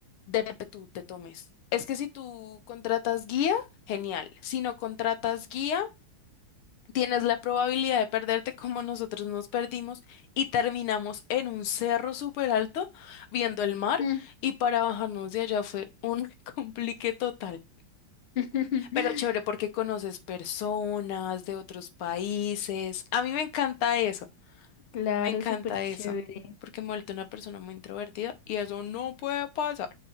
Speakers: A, on the left; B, on the left.
A: Debe que tú te tomes. Es que si tú contratas guía, genial. Si no contratas guía... tienes la probabilidad de perderte como nosotros nos perdimos y terminamos en un cerro súper alto viendo el mar
B: Mm.
A: y para bajarnos de allá fue un <laughs> complique total.
B: <laughs>
A: Pero chévere porque conoces personas de otros países. A mí me encanta eso,
B: Claro,
A: me encanta
B: súper
A: eso,
B: chévere.
A: porque me he vuelto una persona muy introvertida y eso no puede pasar.